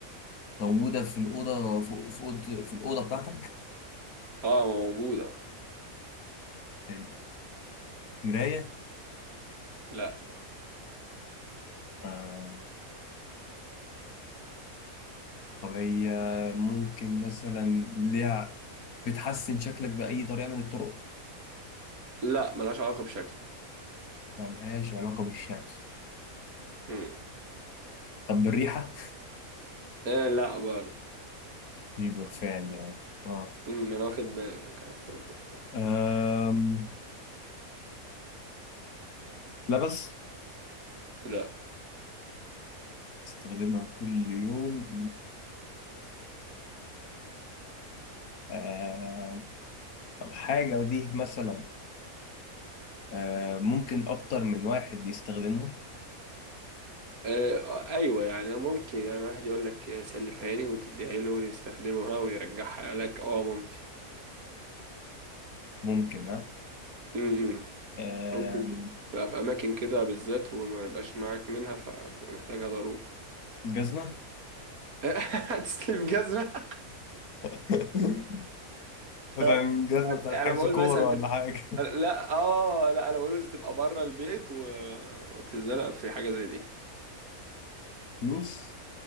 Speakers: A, on the left; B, on the right.
A: موجودة في الأوضة فوق في أوضة في الأوضة بتاعتك
B: اه موجودة
A: حلو مراية
B: لا
A: آه. طب هي ممكن مثلا ليها بتحسن شكلك بأي طريقة من الطرق
B: لا ملهاش علاقة بشكلك
A: ملهاش علاقة بالشكل
B: مم.
A: طب بالريحة
B: آه لا برضه
A: دي برفان يعني اه
B: مم. ما انا واخد بالي انك عايز تقول برفان
A: أم... لبس
B: لا
A: استخدمها كل يوم آه. طب حاجة دي مثلا آه. ممكن أكتر من واحد يستخدمها
B: آه آه، ايوه يعني ممكن يعني واحد يقول لك آه، سلفها لي وتديها له ويستخدمها ويرجعها لك اه ممكن
A: ممكن ها
B: مم.
A: آم،
B: ممكن تبقى في اماكن كده بالذات وما يبقاش معاك منها فتبقى محتاجها ضروري
A: جزمة
B: <laughs> هتسلف جزمة
A: <laughs>
B: ف
A: مثلا جزمة بتاعت
B: يعني
A: حجز
B: انا بقول
A: كورة
B: مثلا
A: ولا
B: تبقى
A: حاجة
B: لا اه لا انا بقول مثلا تبقى بره البيت و... وتتزنق في حاجه زي دي
A: فلوس